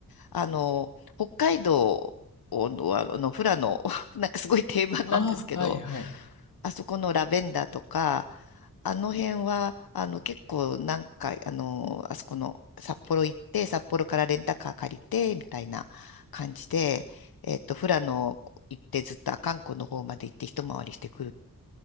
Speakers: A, on the left; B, on the left.
A: あの、北海道の、あの、富良野、<laughs> なんかすごい定番なんですけど、
B: ああ、はいはい。
A: あそこのラベンダーとか、あの辺は、あの、結構何回、あの、あそこの札幌行って、札幌からレンタカー借りて、みたいな感じで、えっと、富良野行ってずっと阿寒湖の方まで行って一回りしてくる